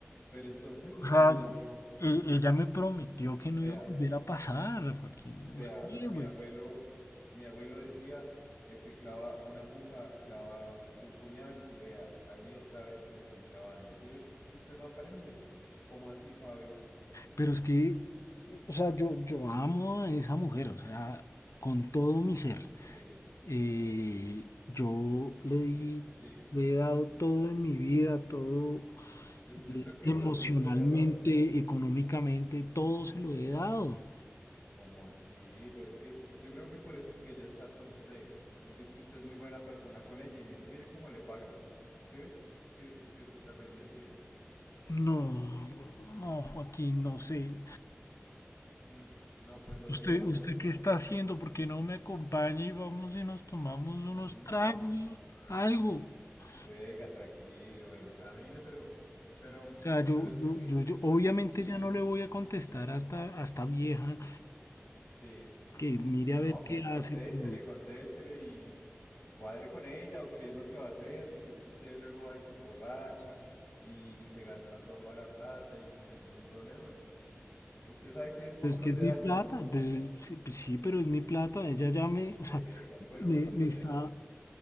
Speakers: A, on the left; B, on the left.
A: Pero entonces es
B: O sea,
A: que usted me dijo,
B: e- ella me prometió que no
A: vea,
B: iba a volver a pasar, Joaquín. No
A: vea,
B: sé,
A: mi
B: güey.
A: abuelo, mi abuelo decía, el que clava una aguja, clava un puñal, y vea, ahí otra vez se lo están clavando. Sí, es que usted no aprende. ¿Cómo así, Fabio?
B: Pero es que, o sea, yo, yo amo a esa mujer, o sea, con todo mi ser.
A: Sí,
B: Eh, yo le di,
A: sí.
B: le he dado todo en mi vida, todo
A: Yo, yo
B: eh,
A: creo que
B: emocionalmente,
A: de pronto ese es el error.
B: económicamente, todo se lo he dado.
A: ¿Cómo así? Pero es que yo creo que por eso es que ella está con usted, porque es que usted es muy buena persona con ella y mire, mire cómo le paga. ¿Sí ve? Es que, es que eso es terrible, ¿sí ve?
B: No, no, Joaquín, no sé.
A: Mm, no, pues lo
B: ¿Usted,
A: siento
B: usted
A: mucho.
B: qué está haciendo? ¿Por qué no me acompaña y vamos y nos tomamos unos
A: No.
B: tragos, algo? O
A: Venga, tranquilo, bueno, camine, pero, pero,
B: sea, yo,
A: pero es
B: yo,
A: que,
B: yo, yo obviamente
A: sí,
B: ya no le voy a contestar hasta, hasta vieja
A: sí.
B: que mire
A: No,
B: a ver qué
A: pues contéstele,
B: hace, pero,
A: contéstele y, y cuadre con ella o qué es lo que va a hacer, porque es que usted luego va y se emborracha y, y se gasta toda la plata y se mete en un problema. Mm, Usted sabe que es control
B: pero es que es
A: de
B: mi
A: daños,
B: plata,
A: ¿no?
B: pues sí, pues sí, pero es mi plata, ella ya me, o
A: Pega.
B: sea,
A: Bueno,
B: me,
A: pues es
B: me
A: cierto,
B: está,